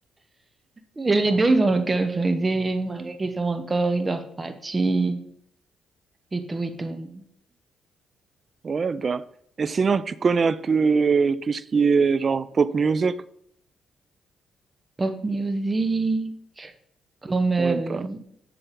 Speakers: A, on the right (about 25°); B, on the right (about 40°).
A: Et les deux, ils ont le cœur brisé, malgré qu'ils sont encore, ils doivent partir, et tout, et tout.
B: Ouais, ben. Et sinon, tu connais un peu euh, tout ce qui est genre pop music?
A: Pop music, comme, euh,
B: Ouais, ben.